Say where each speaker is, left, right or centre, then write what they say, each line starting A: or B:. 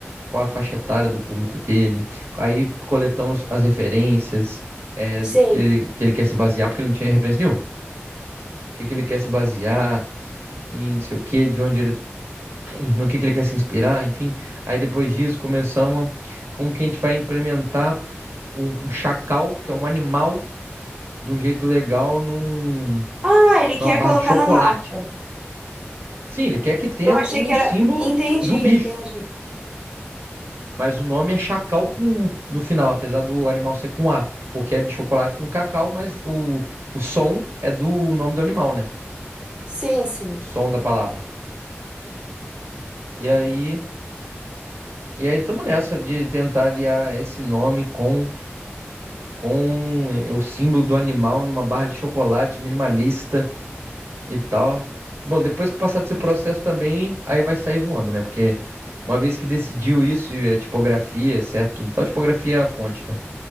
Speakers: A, on the right (about 65°); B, on the right (about 20°).
A: qual é a faixa etária do público dele. Aí coletamos as referências, eh,
B: sim.
A: do que que ele, que ele quer se basear, porque ele não tinha referência nenhuma. O que que ele quer se basear, e não sei o que, de onde ele, <clears throat> no que que ele quer se inspirar, enfim. Aí depois disso começamos como que a gente vai implementar um, um chacal, que é um animal, de um jeito legal num,
B: Ah, ele
A: numa
B: quer
A: barra
B: colocar
A: de chocolate.
B: na marca.
A: Sim, ele quer que tenha
B: Eu achei
A: o
B: que era.
A: símbolo
B: Entendi,
A: do bicho,
B: entendi.
A: mas o nome é chacal com U no final, apesar do animal ser com A, porque é de chocolate com cacau, mas o, o som é do nome do animal, né?
B: Sim, sim,
A: O som da palavra. E aí, e aí estamos nessa de tentar aliar esse nome com com eh, o símbolo do animal numa barra de chocolate minimalista e tal. Bom, depois que passar desse processo também, aí vai sair voando, né? Porque uma vez que decidiu isso, e a tipografia, certo? Tudo tal, tipografia é a fonte, né?